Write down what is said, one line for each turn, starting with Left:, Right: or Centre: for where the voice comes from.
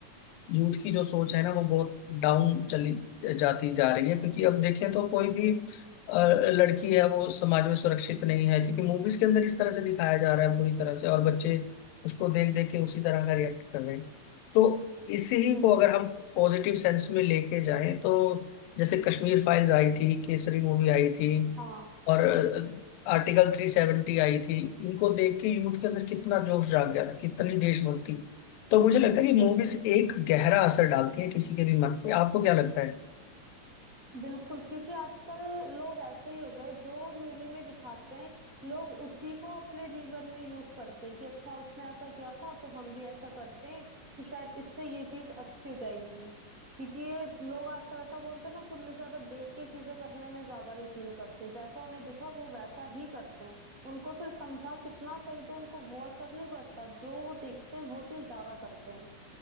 Left: यूथ की जो सोच है ना वो बहुत डाउन चली जाती जा रही है क्योंकि अब देखें तो कोई भी अ, लड़की है वो समाज में सुरक्षित नहीं है क्योंकि मूवीज के अंदर इस तरह से दिखाया जा रहा है बुरी तरह से और बच्चे उसको देख देख के उसी तरह का रिएक्ट कर रहे हैं तो इसी ही
Right: बिल्कुल
Left: को अगर हम पॉजिटिव सेंस में लेके जाएं तो जैसे कश्मीर फाइल्स आई थी केसरी मूवी आई थी
Right: हाँ
Left: और आर्टिकल 370 आई थी इनको देख के यूथ के अंदर कितना जोश जाग गया था कितनी देशभक्ति तो मुझे लगता है कि मूवीज
Right: बिल्कुल
Left: एक गहरा असर डालती है किसी के भी मन पे आपको क्या लगता है
Right: बिल्कुल क्योंकि आजकल लोग ऐसे ही हो गए जो मूवी में दिखाते हैं लोग उसी को अपने जीवन में यूज करते हैं कि अच्छा उसने ऐसा किया था तो हम भी ऐसा करते हैं कि शायद इससे ये चीज अच्छी हो जाएगी क्योंकि ये लोग आजकल ऐसा बोलते हैं ना सुनने से ज्यादा देख के चीजें करने में ज्यादा यकीन करते हैं जैसा उन्हें दिखा वो वैसा ही करते हैं उनको फिर समझा कितना सही तो उनको वो असर नहीं पड़ता जो वो देखते हैं वो चीज ज्यादा करते हैं